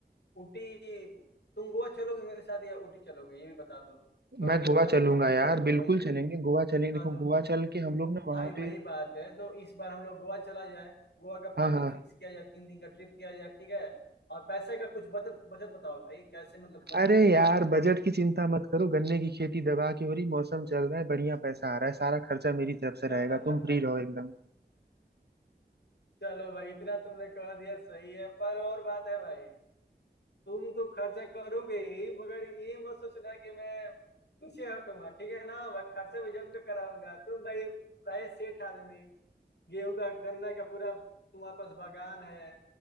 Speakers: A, on the left; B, on the right.
A: ऊटी तुम गोवा चलोगे मेरे साथ या ऊटी चलोगे ये भी बता दो अगर
B: मैं
A: जो
B: गोवा
A: तुम्हारी
B: चलूंगा
A: इच्छा वो
B: यार
A: बता दो
B: बिल्कुल
A: वही से
B: चलेंगे गोवा चलेंगे देखो
A: हाँ तो
B: गोवा चल के हम लोग
A: तो
B: ना वहाँ
A: भाई वही
B: पे
A: बात है तो इस बार हम लोग गोवा चला जाए गोवा का
B: हाँ
A: प्लानिंग
B: हाँ
A: फिक्स किया जाए तीन दिन का ट्रिप किया जाए ठीक है और पैसे का कुछ बचत बचत बताओ भाई कैसे मतलब बचत
B: अरे
A: किया
B: यार
A: जाए
B: बजट की चिंता मत करो गन्ने की खेती दबा के हो रही मौसम चल रहा है बढ़िया पैसा आ रहा है सारा खर्चा मेरी तरफ से
A: <laughs>
B: रहेगा तुम फ्री रहो एकदम
A: चलो भाई इतना तुमने कह दिया सही है पर और बात है भाई तुम तो खर्चा करोगे ही मगर ये मत सोचना कि मैं पीछे हटूंगा ठीक है ना मैं खर्चा भी जम के कराऊंगा तुम भाई राय सेठ आदमी गेहूं का गन्ने का पूरा तुम्हारे पास बागान है